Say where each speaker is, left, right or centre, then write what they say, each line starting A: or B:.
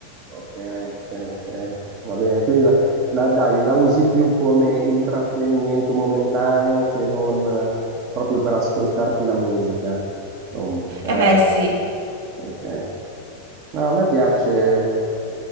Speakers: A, on the right (about 40°); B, on the right (about 60°).
A: Ok, ok, ok. Va bene, quindi la, la- dai, la usi più come intrattenimento momentaneo che non eh, proprio per ascoltarti la musica, insomma, per,
B: E beh, Ovvio. sì,
A: Ok. No, a me piace, eh,